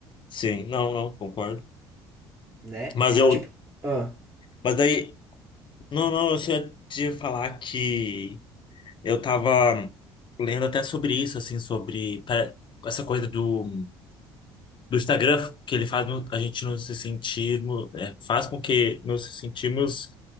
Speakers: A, on the left (about 40°); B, on the right (about 20°).
A: sim, não, não, concordo.
B: né?
A: Mas eu,
B: Tipo, ah,
A: mas daí Não, não, eu só ia te falar que eu tava lendo até sobre isso, assim, sobre pa- essa coisa do, do Instagram, que ele faz no- a gente não se sentir, no- é, faz com que nos sentimos